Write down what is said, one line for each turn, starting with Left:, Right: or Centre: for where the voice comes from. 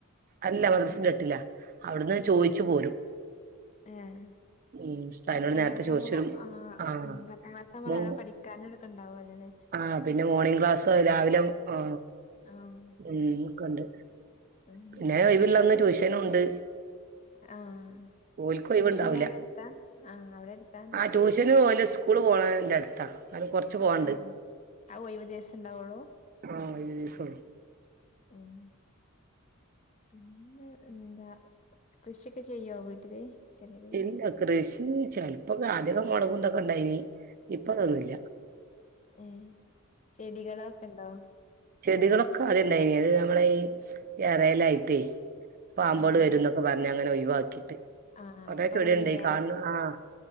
Right: അല്ല മദ്രസിലും
Left: ഏഹ്
Right: എട്ടില അവിടുന്ന് ചോയിച്ചു പോരും
Left: ആഹ
Right: ഉം ഉസ്താദിനോട്
Left: പത്താം
Right: നേരത്തെ
Left: ക്ലാസ്
Right: ചോദിച്ചു
Left: ആകുമ്പോ
Right: വരും
Left: ആ
Right: ആഹ്
Left: ഉ പത്താം ക്ലാസ് ആകുമ്പോ
Right: മോ
Left: നല്ല പഠിക്കാനുംടക്കെ ഇണ്ടാവും അല്ലേ
Right: ആഹ് പിന്നെ മോർണിംഗ് ക്ലാസ് രാവിലെ ആ
Left: ആഹ്
Right: ഉം ഒക്കെ ണ്ട്
Left: ഉം
Right: പിന്ന ഒയിവുള്ളന്ന് ട്യൂഷനും ഉണ്ട്
Left: ആഹ്
Right: ഓള്ക്ക് ഒഴിവുണ്ടാവില്ല
Left: ട്യൂഷന് അവിടെ എടുത്താ ആഹ് അവിടെ എടുത്താ
Right: ആ ട്യൂഷന് പോവല് സ്കൂള് പോണ എന്റെ അടുത്താ ഞും കൊറച്ച് പോവാണ്ട്
Left: ആഹ് ആ ഒഴിവ് ദിവസം ഉണ്ടാവുള്ളൂ
Right: ആഹ് സ
Left: ഉം പിന്നെ എന്താ കൃഷിയൊക്കെ ചെയ്യോ വീട്ടില് ചെറിയത്
Right: ഇല്ല കൃഷി ചിലപ്പോൾ <unintelligible> ആദ്യം മുളകുന്തൊക്കെ ഇണ്ടായിനി ഇപ്പതൊന്നുമല്ല
Left: ഏ ചെടികളൊക്കെ ഉണ്ടോ
Right: ചെടികളൊക്കെ അത്ണ്ടായിന അത് നമ്മള ഈ റഇറായിലായിട്ട് പാമ്പോള്
Left: ആഹ്
Right: വരും എന്നൊക്കെ പറഞ്ഞ അങ്ങനെ ഒഴിവാക്കിട്ട്
Left: ആഹ്
Right: കൊറേ
Left: അപ്പൊ
Right: ചെടി ഉണ്ടായി
Left: ഈ വേനൽക്ക
Right: കാണ് ആഹ്